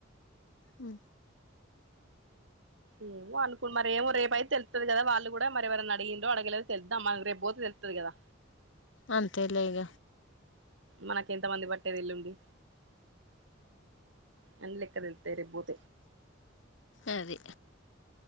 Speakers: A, on the left; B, on the right.
A: మ్
B: ఏమో అనుకున్ మరేమో రేపు అయితే తెలుత్తది కదా! వాళ్ళు కూడా మరెవరన్న అడిగిండ్రో, అడగలేదొ తెలుదామా రేప్ పోతే తెలుత్తది కదా!
A: అంతేలే ఇగ
B: మనకి ఎంత మంది పట్టేది ఎల్లుండి. అన్ని లెక్క తెలుత్తాయి రేప్ బోతె.
A: అది